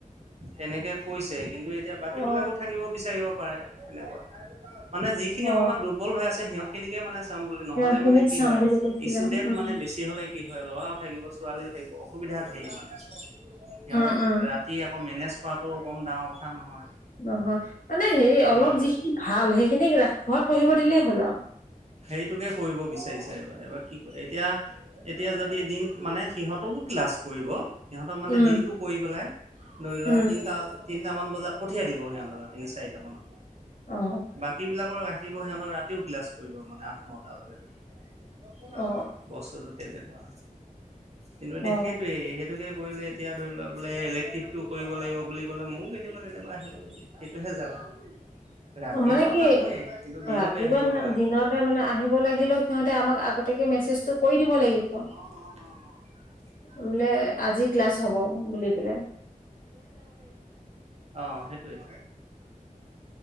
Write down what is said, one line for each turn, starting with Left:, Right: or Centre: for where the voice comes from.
Right: তেনেকৈ কৈছে। কিন্তু এতিয়া বাকীবিলাকো
Left: অ
Right: থাকিব বিচাৰিব পাৰে। হেনেকুৱা মানে যিখিনি
Left: অ
Right: অকমান দুৰ্বল হৈ আছে সিহঁতখিনিকে মানে বুলি নহ'লে
Left: সিহঁতখিনিক
Right: মানে কি
Left: চাম
Right: হয়
Left: বুলি কৈছিলে
Right: ষ্টুডেন্ট
Left: উম
Right: মানে বেছি কি হয় ল'ৰাও থাকিব ছোৱালীও থাকিব অসুবিধা ধে মানে। সিহঁতক
Left: উম উম
Right: ৰাতি আকৌ মেনেজ কৰাটো কম ডাঙৰ কথা নহয়।
Left: নহয় মানে সেই অলপ
Right: উম,
Left: যিখিনি ভাল সেইখিনি ৰাখ ঘৰত পঢ়িব দিলেই হ'ল আৰু।
Right: সেইটোকে কৰিব বিচাৰিছে এইবাৰ। এইবাৰ কি এতিয়া এতিয়া যদি এদিন মানে সিহঁতকো ক্লাছ কৰিব। সিহঁতক মানে
Left: উম
Right: দিনটো কৰি পেলাই ধৰি লোৱা
Left: উম
Right: তিনিটা তিনিটামান বজাত পঠিয়াই দিব সিহঁতক। চাৰিটা মানত
Left: অ
Right: বাকী বিলাকৰ থাকিব সিহঁতৰক ৰাতিও ক্লাছ কৰিব মানে আঠ নটা লৈকে ধৰ।
Left: অ অ
Right: বস্তুতটো তেনেকুৱা। কিন্তু এতিয়া
Left: অ অ
Right: সেইটোোৱে সেইটোকে কৰিলে এতিয়া ধৰি লও বোলে ইলেক্টিভটো কৰিব লাগিব বুলি ক'লে ময়ো কেতিয়াবা কেতিয়াবা আহিব লাগিব। হেতুহে জালা। ৰাতিপুৱাও
Left: অ মানে কি
Right: নাহোৱে। দিনতে
Left: ৰাতিপুৱা
Right: আহিব
Left: ন
Right: লগা হ'ব
Left: দিনতে
Right: পাৰে
Left: মানে আহিব লাগিলেও সিহঁতে আমাক আগতিয়াকে মেছেজটো কৰি দিব লাগিব।
Right: অ', অ', অ', অ'।
Left: বোলে আজি ক্লাছ হ'ব বুলি পেলে।
Right: অ', সেইটোৱে।